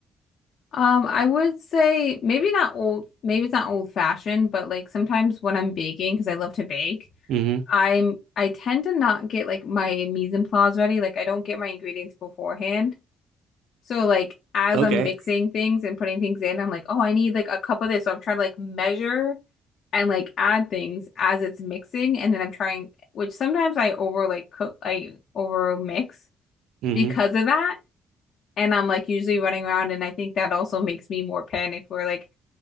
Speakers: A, on the left; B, on the right.
A: Um, I would say maybe not old, maybe it's not old fashioned, but like sometimes when I'm baking, because I love to bake,
B: hmm
A: I'm I tend to not get like my mise en place ready. Like I don't get my ingredients beforehand. So like as
B: Okay.
A: I'm mixing things and putting things in, I'm like, oh, I need like a cup of this. So I'm trying to like measure and like add things as it's mixing, and then I'm trying, which sometimes I over like cook, I over mix
B: hmm
A: because of that. And I'm like usually running around, and I think that also makes me more panicked where like